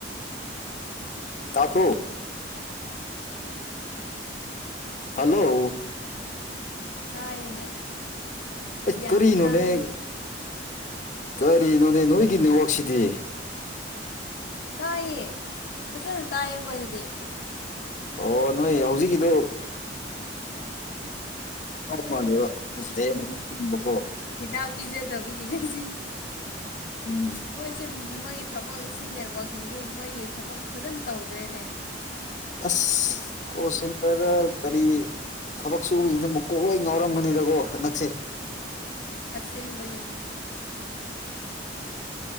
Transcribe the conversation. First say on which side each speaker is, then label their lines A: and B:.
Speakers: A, on the left; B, on the left.
A: ꯇꯥꯄꯨ ꯍꯜꯂꯣ
B: ꯇꯥꯏꯌꯦꯅꯦ
A: ꯑꯩꯁ
B: ꯌꯥꯝ
A: ꯀꯔꯤꯅꯣꯅꯦ
B: ꯇꯥꯏꯌꯦ
A: ꯀꯔꯤꯅꯣꯅꯦ ꯅꯣꯏꯒꯤ ꯅꯤꯋꯣꯛꯁꯤꯗꯤ
B: ꯇꯥꯏꯌꯦ ꯐꯖꯅ ꯇꯥꯏꯌꯦ ꯑꯩꯣꯏꯗꯗꯤ
A: ꯑꯣ ꯅꯣꯏ ꯍꯧꯖꯤꯛꯀꯤꯗꯨ ꯃꯥꯜꯂꯦꯕ ꯖꯦꯨꯣ
B: ꯍꯤꯗꯥꯛ ꯄꯤꯖꯗꯕꯒꯤ ꯉꯁꯤ
A: ꯎꯝ
B: ꯃꯣꯏꯁꯦ ꯃꯣꯏꯒꯤ ꯊꯕꯛ ꯁꯤ ꯅꯦꯠꯋꯥꯛꯁꯤꯡꯁꯨ ꯃꯣꯏꯒꯤ ꯊꯕꯛ ꯐꯖꯅ ꯇꯧꯗ꯭ꯔꯦꯅꯦ
A: ꯑꯁ ꯀꯣꯁꯤꯡꯇꯔꯗ ꯀꯔꯤ ꯊꯕꯛ ꯁꯨꯕꯁꯤꯡꯁꯦ ꯑꯃꯨꯛ ꯀꯣꯛꯂꯣꯏ ꯉꯥꯎꯔꯝꯕꯅꯤꯗꯀꯣ ꯍꯟꯛꯁꯦ
B: ꯑ ꯁ ꯑꯣꯏꯌꯦ